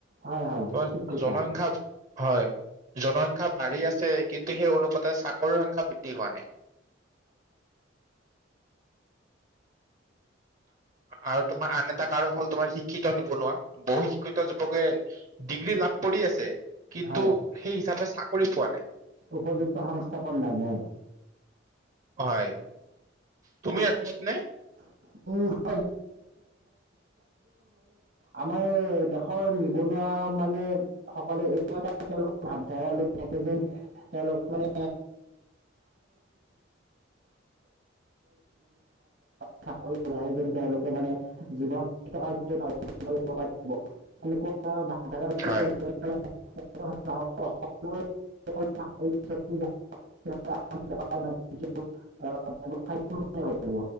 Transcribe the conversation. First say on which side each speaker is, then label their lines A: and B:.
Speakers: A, on the right; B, on the right.
A: হয় হয়
B: তোমাৰ
A: ঠিক কৈছা
B: জনসংখ্যা হয় জনসংখ্যা বাঢ়ি আছে। কিন্তু সেই অনুপাতে চাকৰিৰ সংখ্যা বৃদ্ধি হোৱা নাই। আৰু তোমাৰ আন এটা কাৰণ হল, তোমাৰ শিক্ষিত নিবনুৱা বহু শিক্ষিত যুৱকে ডিগ্ৰী লাভ কৰি আছে কিন্তু
A: হয়
B: সেই হিচাপে চাকৰি পোৱা নাই।
A: উপযুক্ত সংস্থাপন নাই অ'।
B: হয় তুমি একমত নে?
A: উম, <inaudible> আমাৰ দেশৰ নিবনুৱা মানে <inaudible> তেওঁলোকে ভাৱধাৰা লৈ থাকে যেন। তাৰ লগত মানে <inaudible> <inaudible> <inaudible> <inaudible>
B: হয়
A: <inaudible> শেষ হয় যাব।